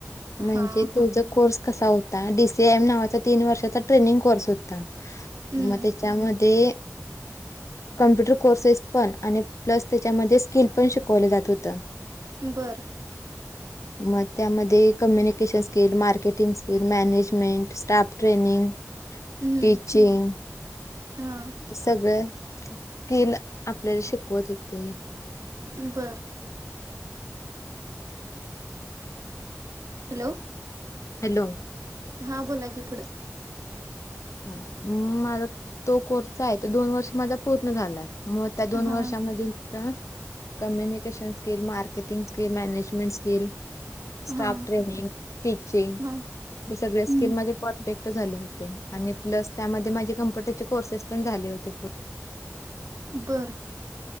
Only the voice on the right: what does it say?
हा
हा
हम्म
बरं.
हम्म
हा
बरं. हॅलो.
हा बोला की, पुढं.
हा
हा
हा
हम्म
बर.